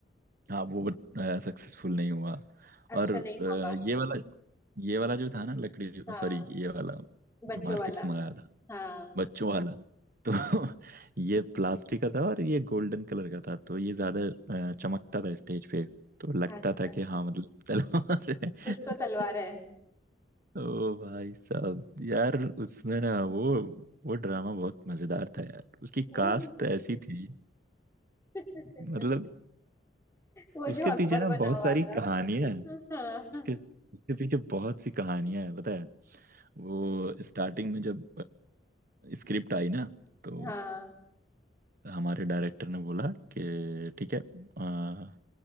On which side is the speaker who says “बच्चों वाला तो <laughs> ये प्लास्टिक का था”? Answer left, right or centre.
Right